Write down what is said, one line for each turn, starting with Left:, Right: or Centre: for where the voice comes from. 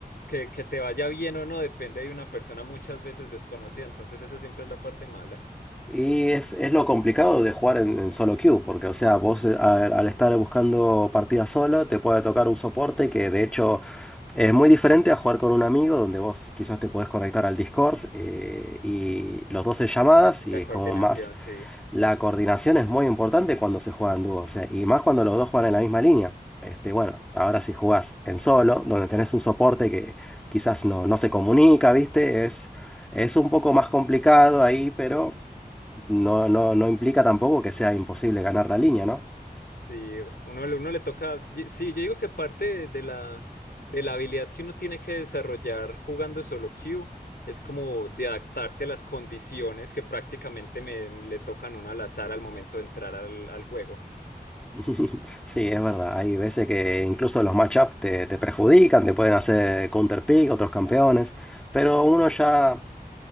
Left: que, que te vaya bien o no depende de una persona muchas veces desconocida, entonces eso siempre es la parte mala.
Centre: Y es, es lo complicado de jugar en, en solo queue, porque, o sea, vos eh, al, al estar buscando partidas solo, te puede tocar un soporte que, de hecho, es muy diferente a jugar con un amigo, donde vos quizás te podés conectar al Discord eh, y los dos en llamadas,
Left: Y
Centre: y
Left: la
Centre: es
Left: coordinación,
Centre: como más.
Left: sí.
Centre: La coordinación es muy importante cuando se juega en dúo, o sea, y más cuando los dos juegan en la misma línea. Este, bueno, ahora si jugás en solo, donde tenés un soporte que quizás no, no se comunica, ¿viste? Es, es un poco más complicado ahí, pero no, no, no implica tampoco que sea imposible ganar la línea, ¿no?
Left: Sí, uno, le- uno le toca. y- Sí, yo digo que parte de la, de la habilidad que uno tiene que desarrollar jugando solo queue es como de adaptarse a las condiciones que prácticamente me, le tocan a uno al azar al momento de entrar al, al juego.
Centre: <laughs> Sí, es verdad. Hay veces que incluso los matchups te, te perjudican, te pueden hacer counterpick, otros campeones, pero uno ya